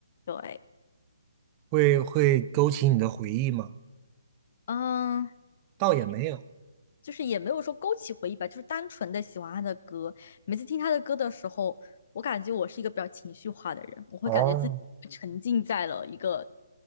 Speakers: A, on the left; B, on the right.
A: 对，
B: 会会勾起你的回忆吗？
A: 嗯。
B: 倒也没有。
A: 就是也没有说勾起回忆吧，就是单纯的喜欢他的歌。每次听他的歌的时候，我感觉我是一个比较情绪化的人，我会感觉自己沉浸在了一个
B: 哦，